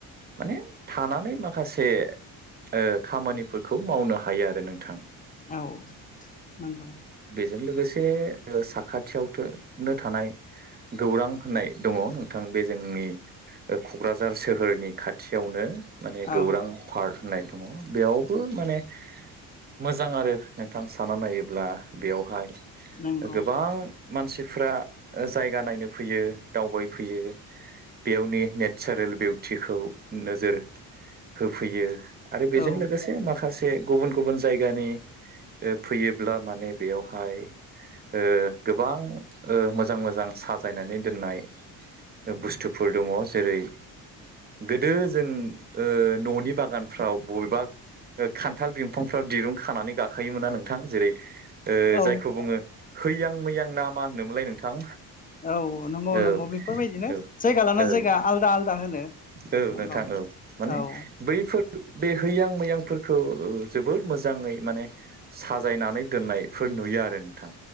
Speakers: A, on the right; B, on the left.
A: माने थानानै माखासे ओ खामानिफोरखौ मावनो हायो आरो नोंथां।
B: औ नोंगौ।
A: जों लोगोसे ओ साखाथियावथो नो थानाय गौरां होननाय दङ नोंथां बे जोंनि ओ क'क्राझार सोहोरनि खाथियावनो माने गौरां
B: औ
A: पार्क होननाय दङ बेयावबो माने मोजां आरो नोंथां सानना नायोब्ला बेयावहाय
B: नंगौ
A: ओ गोबां मानसिफ्रा ओ जायगा नायनो फैयो दावबायफैयो बेयावनि नेथचारेल बिउटिखौ नोजोर होफैयो। आरो बेजों
B: औ
A: लोगोसे माखास से गुबुन गुबुन जायगानि ओ फैयोब्ला माने बेयावहाय ओ गोबां ओ मोजां मोजां साजायनानै दोननाय ओ बुस्थुफोर दङ जेरै गोदो जों ओ न'नि बागानफ्राव बबेबा ओ खान्थाल बिंफांफ्राव दिरुं खानानै गाखोयोमोनना नोंथां जेरै ओ जायखौ
B: औ
A: बुङो हैयां मैयां ना मा होनदोंमोनलाय नोंथां।
B: औ नंगौ
A: औ
B: नंगौ बेफोरबायदिनो
A: औ
B: जायगा लाना
A: औ
B: जायगा आलदा आलदा। होनो
A: औ
B: नंगौ
A: नोंथां औ माने
B: औ
A: बैफोर। बे हैयां मैयांफोरखौ जोबोद मोजाङै माने साजायनानै दोननाय। नुयो आरो नोंथां